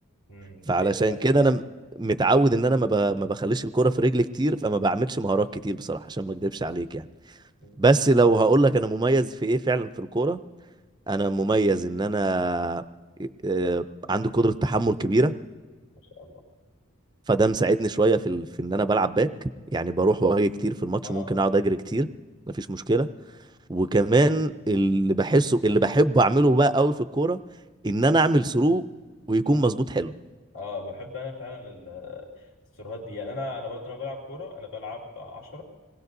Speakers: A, on the left (about 75°); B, on the right (about 20°).
A: امم
B: فعلشان
A: دي حقيقة فعلا
B: كده انا م- متعود ان انا ما ب... ما بخليش الكرة في رجلي كتير فما بعملش مهارات كتير بصراحة عشان ما اكدبش عليك يعني
A: مم.
B: بس لو هقول لك انا مميز في ايه فعلا في الكورة انا مميز ان انا آه، عندي قدرة تحمل كبيرة
A: ما شاء الله
B: فده مساعدني شوية في ال... في ان انا بلعب باك يعني بروح واجي كتير في الماتش
A: اه
B: ممكن اقعد اجري كتير مفيش مشكلة وكمان اللي بحسه اللي بحب اعمله بقى قوي في الكورة ان انا اعمل ثرو ويكون مظبوط حلو
A: اه بحب انا فعلا ال- السيرفرات دي يعني انا انا برضه لما بلعب كوره انا بلعب 10